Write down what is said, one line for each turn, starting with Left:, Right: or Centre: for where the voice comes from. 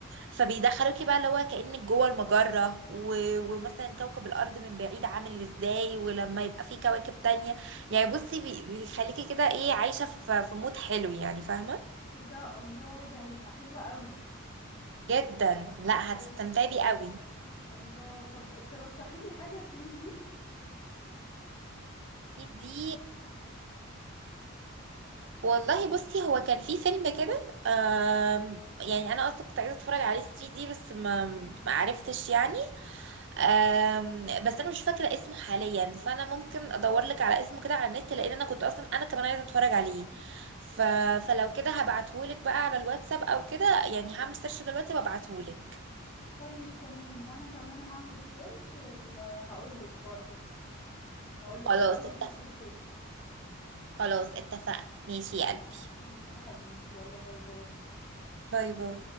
Right: فبيدخلوكي بقى اللي هو كأنك جوه المجرة و... ومثلا كوكب الأرض من بعيد عامل ازاي ولما يبقى فيه كواكب تانية يعني بصي بي- بيخليكي كده ايه عايشة في في مود حلو يعني فاهمة
Left: ايه ده الله ده هيبقى حلو قوي
Right: جدا لا
Left: ده-
Right: هتستمتعي بيه قوي
Left: الله طب ترشحي لي حاجة 3D
Right: دي دي والله بصي هو كان في فيلم كده آم، يعني انا اصلا كنت عايزه اتفرج عليه 3 دي بس ما ما عرفتش يعني آم، بس انا مش فاكره اسمه حاليا فانا ممكن ادور لك على اسمه كده على النت لان انا كنت اصلا انا كمان عايزه اتفرج عليه ف... فلو كده هبعتهولك بقى على الواتساب او كده يعني هعمل سيرش دلوقتي وابعتهولك
Left: طيب تمام وانا كمان هعمل سيرش وهقول لك برضو هقول لك
Right: خلاص
Left: رأيي
Right: اتفق
Left: ايه في الفيلم
Right: خلاص اتفقنا ماشي يا قلبي
Left: ماشي يا حبيبي يلا باي باي
Right: باي باي